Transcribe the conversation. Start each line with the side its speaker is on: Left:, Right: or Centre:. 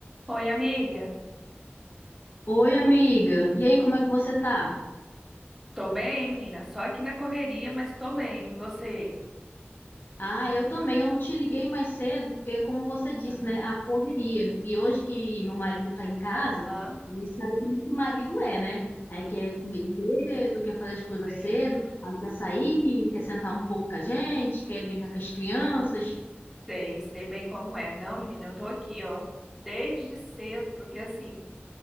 Centre: Oi, amiga.
Left: Oi, amiga. E aí, como é que você tá?
Centre: Tô bem, menina. Só aqui na correria, mas tô bem. E Você?
Left: Ah, eu também. Eu não te liguei mais cedo, porque, como você disse,
Centre: Aham.
Left: né, a correria. E hoje que meu marido tá em casa,
Centre: Aham.
Left: e sabe como que marido é, né? Aí quer comer cedo, quer fazer as coisas
Centre: Sei.
Left: cedo, aí quer sair, quer sentar um pouco com a gente, quer brincar com as crianças.
Centre: Sei, sei bem como é. Não, menina, eu tô aqui, ó, desde cedo, porque assim,